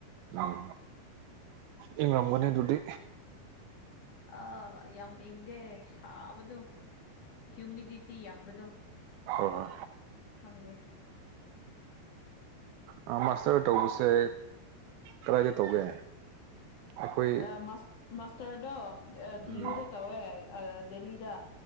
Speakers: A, on the right; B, on the left.
A: ꯎꯝ ꯏꯪꯉꯝꯒꯅꯤ ꯑꯗꯨꯗꯤ
B: ꯑꯥ ꯌꯥꯝ ꯏꯪꯗꯦ ꯁꯥꯕꯗꯨ ꯍ꯭ꯌꯨꯃꯤꯗꯤꯇꯤ ꯌꯥꯝꯕꯗꯣ
A: ꯍꯣ ꯍꯣ
B: ꯗꯪꯗꯦ
A: ꯑꯥ ꯃꯥꯁꯇꯔ ꯇꯧꯕꯁꯦ ꯀꯗꯥꯏꯗ ꯇꯧꯒꯦ ꯑꯩꯈꯣꯏ
B: ꯃꯁ ꯃꯥꯁꯇꯔꯗꯣ ꯑꯥ ꯗꯤꯌꯨꯗ
A: ꯎꯝ ꯑꯣ
B: ꯇꯧꯋꯦ ꯑꯥ ꯗꯦꯜꯂꯤꯗ